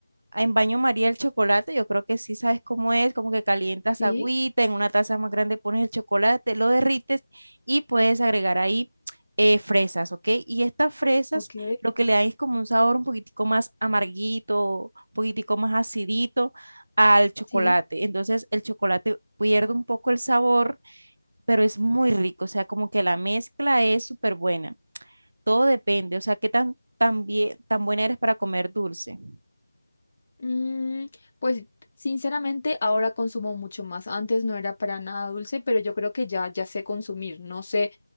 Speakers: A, on the right; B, on the left.
A: en baño María el chocolate, yo creo que sí sabes cómo es, como que calientas
B: Sí,
A: agüita, en una taza más grande pones el chocolate, lo derrites y puedes agregar ahí eh, fresas, ¿ok? Y estas fresas
B: ok,
A: lo que le dan es como un sabor un poquitico más amarguito, un poquitico más acidito al chocolate.
B: sí.
A: Entonces el chocolate pierde un poco el sabor, pero es muy rico, o sea, como que la mezcla es súper buena. Todo depende, o sea, qué tan, tan bien, tan buena eres para comer dulce.
B: Mm, pues sinceramente ahora consumo mucho más. Antes no era para nada dulce, pero yo creo que ya, ya sé consumir, no sé.